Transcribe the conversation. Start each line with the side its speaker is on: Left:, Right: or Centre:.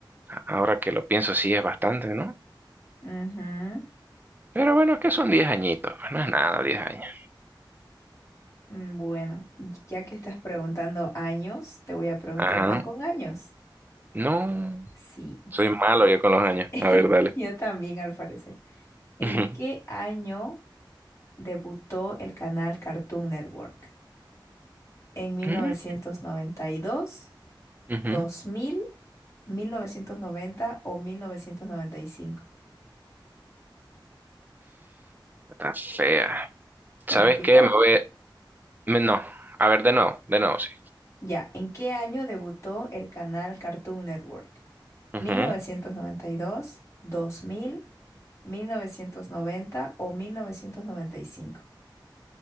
Right: ahora que lo pienso, sí es bastante, ¿no?
Left: Ujú.
Right: Pero bueno, es que son diez añitos, pues no es nada, diez años.
Left: Mm, Bueno, ya que estás preguntando años, te voy a preguntar
Right: Ajá.
Left: una con años.
Right: No,
Left: Sí,
Right: soy malo yo con los años.
Left: <laughs>
Right: A ver, dale.
Left: yo también al parecer. ¿En
Right: Ujú.
Left: qué año debutó el canal Cartoon Network? ¿En mil mil,
Right: Mm.
Left: novecientos noventa y dos,
Right: Ujú.
Left: dos mil mil novecientos noventa o 1995.
Right: Está fea. ¿Sabes
Left: ¿Te repito?
Right: qué? Me voy. me- no, a ver, de nuevo, de nuevo, sí.
Left: Ya, ¿en qué año debutó el canal Cartoon Network?
Right: Ujú.
Left: mil mil novecientos noventa y dos dos mil mil novecientos noventa o mil novecientos noventa y cinco